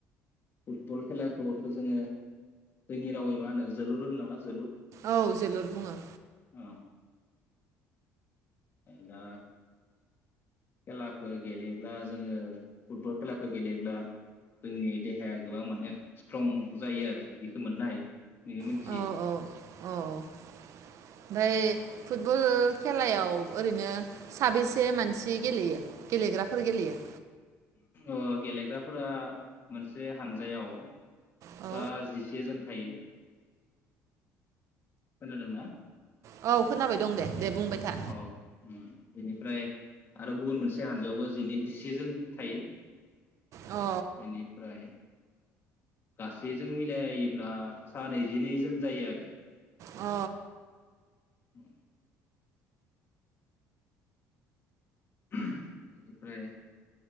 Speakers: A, on the left (about 40°); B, on the right (about 60°).
A: फुटबल खेलाखौथ' जोङो जोंनि रावै मा होनो, जोलुर होनो नामा जोलुर?
B: औ जोलुर बुङो।
A: ओ दा खेलाखो गेलेयोब्ला जोङो फुटबल खेलाखो गेलेयोब्ला जोंनि देहाया गोबां माने स्ट्रं जायो आरो बेखौ मोननो हायो। निगो मिनथियो
B: औ औ फ्राय फुटबल खेलायाव ओरैनो साबेसे मानसि जि गेलेयो गेलेग्राफोर गेलेयो?
A: ओ गेलेग्राफोरा मोनसे हानजायाव
B: औ
A: सा जिसे जोन थायो। खोनादोंना?
B: औ खोनाबाय दं दे। दे बुंबाय था
A: औ उम बेनिफ्राय आरो गुबुन मोनसे हानजोयावबो जिनै जिसेजोन थायो।
B: अ
A: इनिफ्राइ गासैजों मिलायोब्ला सा नैजिनै जोन जायो आरो।
B: अ
A: <unintelligible> बेनिफ्राय